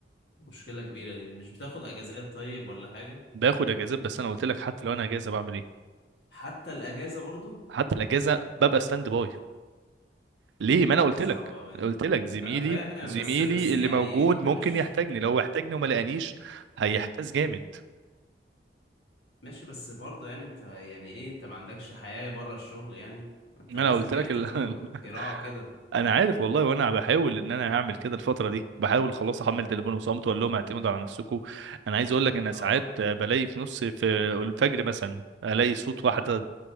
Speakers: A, on the left (about 65°); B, on the right (about 80°).
A: مشكلة كبيرة دي مش بتاخد اجازات طيب ولا حاجة
B: باخد اجازات بس انا قلت لك حتى لو انا اجازه بعمل ايه
A: حتى الاجازة برضو
B: حتى الاجازه ببقى ستاند باي ليه ما انا قلت
A: صعبة
B: لك
A: اوي
B: قلت
A: دي
B: لك زميلي
A: انا فاهم
B: زميلي
A: بس بس يعني
B: اللي موجود
A: انت
B: ممكن
A: مش
B: يحتاجني لو احتاجني وما لقانيش هيحتاج جامد
A: ماشي بس برضو يعني انت يعني ايه انت ما عندكش حياة بره الشغل يعني ما انت
B: ما
A: لازم
B: انا قلت
A: يعتبروا
B: لك ال... <laughs>
A: يراعوا كده
B: انا عارف والله وانا بحاول ان انا اعمل كده الفتره دي بحاول خلاص احمل تليفون وصمت واقول لهم اعتمدوا على نفسكم انا عايز اقول لك انا
A: اه
B: ساعات بلاقي في نص في الفجر مثلا الاقي صوت واحده